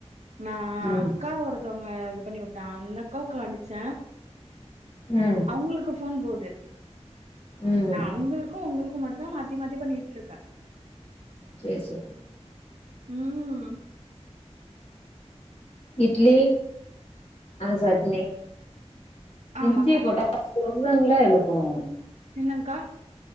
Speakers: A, on the right; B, on the left.
A: நா
B: ம்
A: அக்கா ஒரு ஒருத்தவுங்க இது பண்ணி விட்டா அந்த அக்காவுக்கு அடிச்ச
B: ம்
A: அவங்களுக்கு ஃபோன் போது
B: ம்
A: நா அவங்களுக்கு உங்களுக்கு மட்டு தா மாத்தி மாத்தி பண்ணிட்ருக்க
B: சேரி சேரி
A: ம்
B: இட்லி அந்த சட்னி
A: ஆமாக்கா
B: இஞ்சி போட்டா பொதுங்கள எழுப்பனு <unintelligible>
A: என்னங்கா